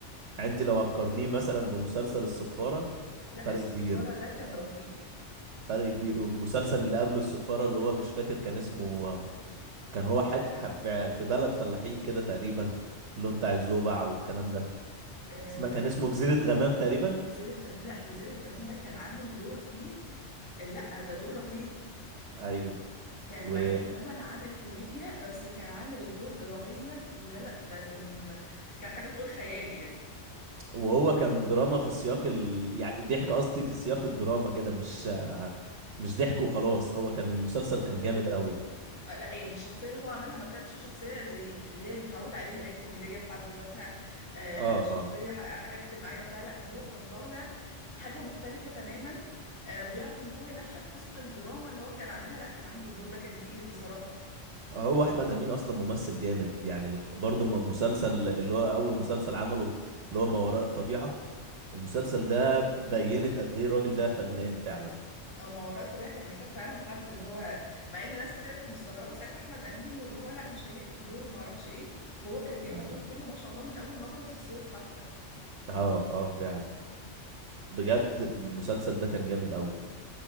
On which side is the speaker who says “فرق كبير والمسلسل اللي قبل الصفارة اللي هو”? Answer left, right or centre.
Right